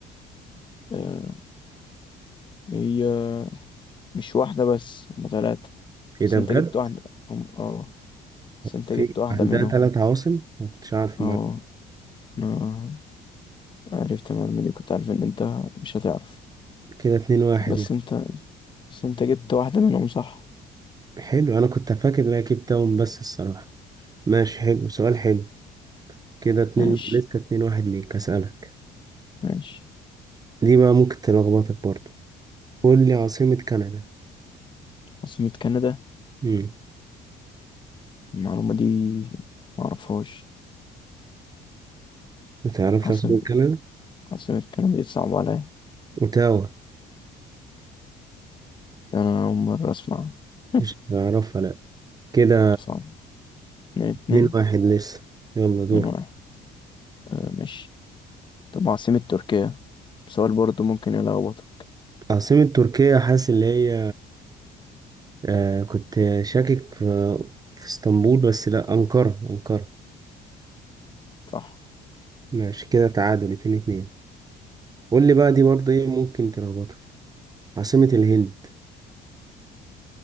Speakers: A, on the left; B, on the right.
A: آه هي مش واحدة بس هما تلاتة
B: ايه
A: بس
B: ده
A: انت
B: بجد
A: جبت واحدة هم اه بس انت
B: في
A: جبت واحدة
B: عندها
A: منهم
B: تلات عواصم ما كنتش عارف
A: اه
B: المعلومة
A: آه. عرفت المعلومة دي كنت عارف ان انت مش هتعرف
B: كده اتنين واحد
A: بس
B: يعني
A: انت بس انت جبت واحدة منهم صح
B: حلو انا كنت فاكر ان هي كيب تاون بس الصراحة ماشي حلو سؤال حلو كده اتنين
A: ماشي
B: لسه اتنين واحد ليك اسألك
A: ماشي
B: دي بقى ممكن تلخبطك برضه قول لي عاصمة كندا
A: عاصمة كندا
B: امم
A: المعلومة دي معرفهاش
B: ما تعرفش
A: عاصمة
B: عاصمة كندا
A: عاصمة كندا دي صعبة عليا
B: اوتاوا
A: أنا أول مرة أسمع <laughs>
B: مش هتعرفها لا كده
A: صعب اتنين اتنين
B: اتنين واحد لسه يلا دور
A: اتنين واحد آه ماشي طب عاصمة تركيا سؤال برضه ممكن يلخبطك
B: عاصمة تركيا حاسس اللي هي آه كنت شاكك في, في اسطنبول بس لا أنقرة أنقرة
A: صح
B: ماشي كده تعادل اتنين اتنين قول لي بقى دي برضه ايه ممكن تلخبطك عاصمة الهند